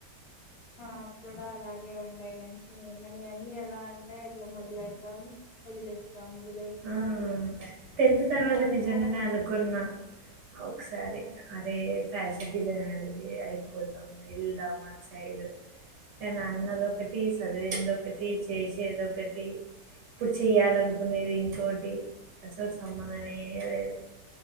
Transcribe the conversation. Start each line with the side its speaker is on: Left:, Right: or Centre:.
Left: మాకు కూడా అలాగే ఉండే కాని మనీ అన్నీ ఎలా అంటే ఇట్లా మొదలెడతాం వదిలేస్త దమ్ము మొదలె సతం
Right: ఆ
Left: వదిలేస్తాం
Right: టెన్త్ తర్వాత
Left: పట్టుకోవడం
Right: నిజంగానే
Left: ఉండదు
Right: అనుకున్నా ఒకసారి
Left: ఆ,
Right: అరే ఫ్యాషన్ ప్రతి జనాకి అయిపోదాం ఎల్దాం అ సైడ్ కానీ అన్నదొకటి
Left: ఆ,
Right: చదివిందొకటి చేసేదొకటి ఇప్పుడు చేయాలనుకునేది ఇంకోటి అసలు సంబంధమే లేదు